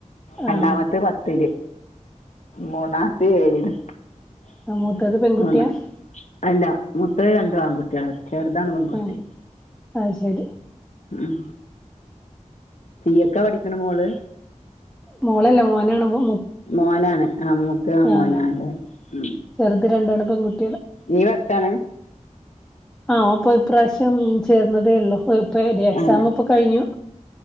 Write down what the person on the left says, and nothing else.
രണ്ടാമത്തെ
പത്തില് മൂന്നാമത്തെ ഏഴില് <unintelligible>
അല്ല മൂത്തത് രണ്ടും ആൺകുട്ടികളാ ചെറുതാണ് പെൺകുട്ടി
ഉം സീയക്കാ പഠിക്കണ മോള്
മോനാണ് ആ മൂത്തത് ആ മോനാ
അല്ലേ ഉം
ഈ വർഷാണ്
അതെ